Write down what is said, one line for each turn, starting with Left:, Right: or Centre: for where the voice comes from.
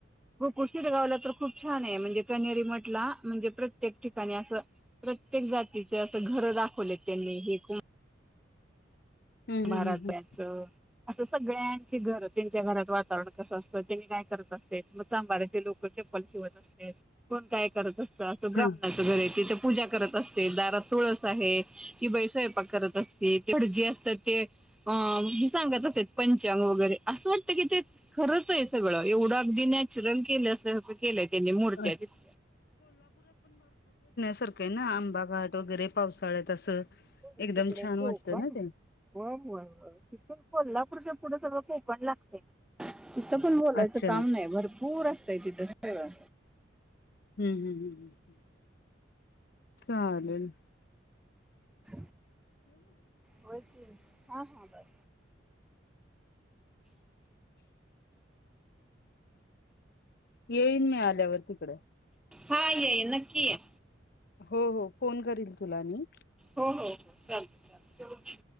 Centre: गोकुळ शिरगावला तर खूप छान आहे. म्हणजे कनेरी मटला म्हणजे प्रत्येक ठिकाणी असं प्रत्येक जातीच असं घर दाखवलेत त्यांनी हे कोण
Left: हं
Centre: महाराजांचं.
Left: हं हं हं
Centre: असं सगळ्यांची घर, त्यांच्या घरात वातावरण कसं असतं? त्यांनी काय करत असते? चांभाराचे लोक <unintelligible> ठेवत असत्यात. कोण काय करत असत? असं ब्राम्हणाचं
Left: हा
Centre: घर आहे. तिथं पूजा करत असते, दारात तुळस आहे, ती बाई स्वयंपाक करत असते, ते भटजी असतात ते हे सांगत असत पंचांग वगैरे असं वाटतं की, ते खरंच आहे सगळं एवढं अगदी चूर्ण केलं सारख्या केल्याय त्यांनी मुर्त्या
Left: अच्छा
Centre: तिथं.
Left: सारखं आहे ना, आंबा घाट वगैरे पावसाळ्यात असं.
Centre: हो
Left: एकदम
Centre: तिकडे
Left: छान
Centre: कोकण
Left: वाटतं ना ते
Centre: व्हयं व्हयं व्हयं तिथून कोल्हा पुढच्या पुढं सगळं कोकण लागतयं. तिथं पण बोलायचं
Left: अच्छा हम्म
Centre: काम नाही भरप पूर असतय तिस सगळं.
Left: हम्म. हम्म. हम्म. चालेलं.
Centre: <inaudible> होय की हा हा बर.
Left: येईन मी आल्यावर तिकडे.
Centre: हा ये ये नक्की ये.
Left: हो. हो. फोन करील तुला मी.
Centre: हो हो चालतंय चालतंय.